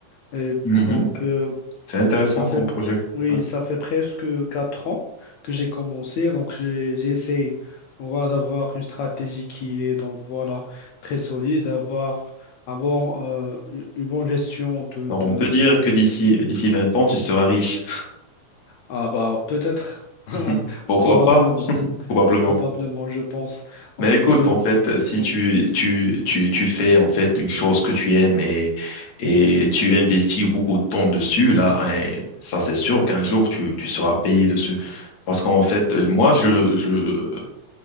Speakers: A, on the left (about 75°); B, on the left (about 45°).
A: Et
B: Mhm.
A: donc, euh,
B: C'est intéressant
A: ça fait,
B: comme projet.
A: oui,
B: Ouais.
A: ça fait presque quatre ans que j'ai commencé. Donc, j'ai, j'ai essayé, voilà, d'avoir une stratégie qui est, donc, voilà, très solide, d'avoir un bon, euh, une une bonne gestion de,
B: Alors,
A: de,
B: on peut dire que d'ici, d'ici 20
A: ou-
B: ans, tu seras riche.
A: ah, bah, peut-être,
B: <laughs>
A: <laughs>
B: Pourquoi
A: probablement,
B: pas? Probablement.
A: probablement, je pense.
B: Mais
A: Donc,
B: écoute,
A: euh,
B: en fait, si
A: oui,
B: tu, tu, tu, tu fais en fait une chose que tu aimes et, et tu investis beaucoup de temps dessus, là, hein, ça c'est sûr qu'un jour tu, tu seras payé dessus. Parce qu'en fait, euh, moi, je, je,